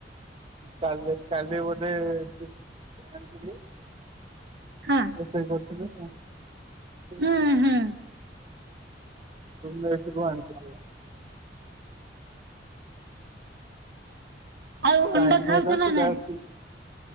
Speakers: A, on the right (about 30°); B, on the right (about 60°).
A: କାଲି କାଲି ବୋଧେ ଚିକେନ ଆଣିଥିଲି।
B: ହଁ।
A: ରୋଷେଇ କରୁଥିଲେ। <unintelligible>
B: ହୁଁ ହୁଁ
A: ମେସ ରୁ ଆଣିଥିଲେ।
B: ଆଉ
A: ଟାଇମ୍
B: ଅଣ୍ଡା ଖାଉଛ
A: ହେଲା
B: ନା
A: ପିଲା
B: ନାଇଁ?
A: ଆସିସ୍